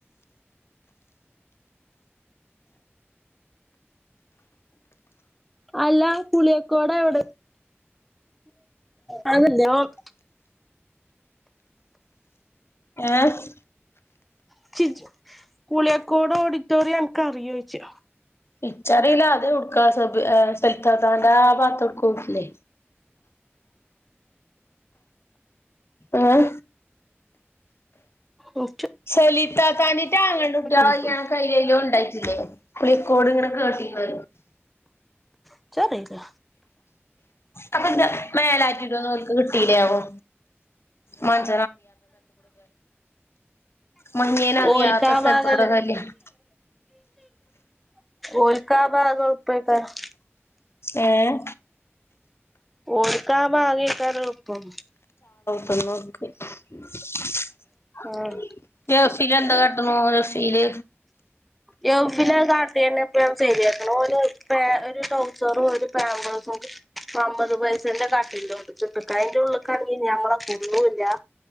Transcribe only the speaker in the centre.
അല്ല പുളിയക്കോടവിടെ ആ കല്യാനോം
ച്ച്‌ച്ച് പുളിയക്കോട് ഓഡിറ്റോറിയം എനക്ക് അറിയോച്ച്
ഓ
വന്ന്ക്ക്ണു
ഇച്ചറീല
ഓൽക്ക
ഭാഗല്ലേ
ഓൽക്ക ഭാഗ എൽപ്പേക്കാരം
ഓൽകാഭാഗക്കാര എള്പ്പം
ആഹ്
യവ്വന് അഹ് കാട്ടിന്നെ ഞാൻ ശരിയാക്ക് ന് ഓന് ഒരു പേ ട്രൗ സറും പാമ്പേസും അമ്പത് പൈസന്റെ കട്ടിന്റോട്ടിക്ക് ഇട്ട്ക്കാ അയിന്റെ ഉള്ള് ക്കാണെങ്കിൽ ഞമ്മലെ കൊ ള്ളൂല